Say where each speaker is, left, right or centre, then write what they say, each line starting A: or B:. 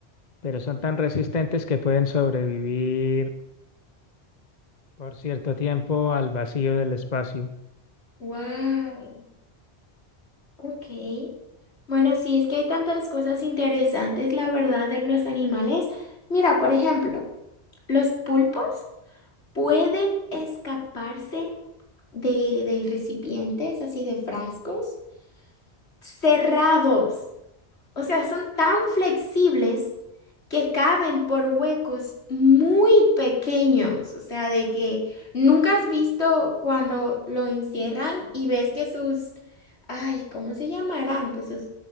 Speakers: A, on the left (about 40°); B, on the left (about 75°).
A: pero son tan resistentes que pueden sobrevivir por cierto tiempo al vacío del espacio.
B: Wow. Ok. Bueno, sí, es que hay tantas cosas interesantes, la verdad, de los animales. Mira, por ejemplo, los pulpos pueden escaparse de, de recipientes, así de frascos cerrados. O sea, son tan flexibles que caben por huecos muy pequeños. O sea, de que nunca has visto cuando lo encierran y ves que sus, ay, ¿cómo se llamarán? Pues sus,